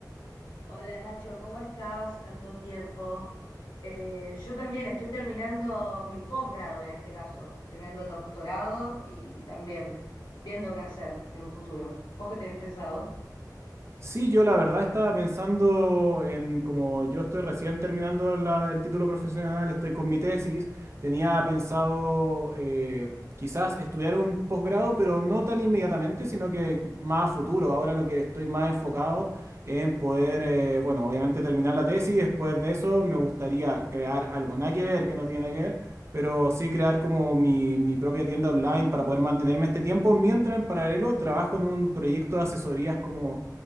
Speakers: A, on the left; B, on the right.
A: Hola Nacho, ¿cómo estás? Tanto tiempo. Eh, yo también estoy terminando mi posgrado en este caso, estoy terminando el doctorado y también viendo qué hacer en un futuro. ¿Vos qué tenés pensado?
B: Sí, yo la verdad estaba pensando en como yo estoy recién terminando la- el título profesional, estoy con mi tesis, tenía pensado eh, quizás estudiar un posgrado, pero no tan inmediatamente, sino que más a futuro. Ahora lo que estoy más enfocado en poder, eh, bueno, obviamente terminar la tesis, después de eso me gustaría crear algo, nada que ver, que no tiene nada que ver, pero sí crear como mi, mi propia tienda online para poder mantenerme este tiempo, mientras en paralelo trabajo en un proyecto de asesorías como